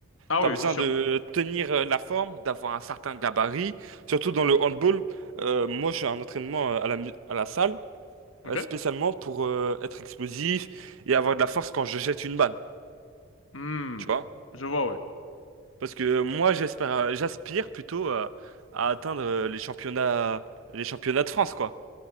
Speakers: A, on the left; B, on the right.
A: Ah
B: Tu
A: oui,
B: as besoin
A: c'est sûr.
B: de tenir euh, la forme, d'avoir un certain gabarit. Surtout dans le handball, euh, moi, je fais un entraînement euh, à la, mu- à la salle,
A: Ok.
B: euh, spécialement pour euh, être explosif et avoir de la force quand je jette une balle.
A: Hmm,
B: Tu vois
A: je vois, ouais.
B: Parce que moi, j'espère, j'aspire plutôt à, à atteindre euh, les championnats, les championnats de France, quoi.